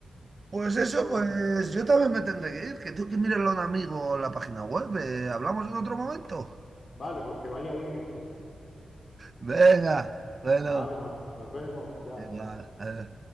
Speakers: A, on the right; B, on the left.
A: Pues eso,
B: Pues
A: pues yo también me tendré que ir, que tú que mírelo a un amigo la página web. eh, hablamos en otro momento.
B: Vale, pues que vaya bien eso.
A: Venga, bueno,
B: Vale, nos, nos vemos. Chao.
A: igual. eh.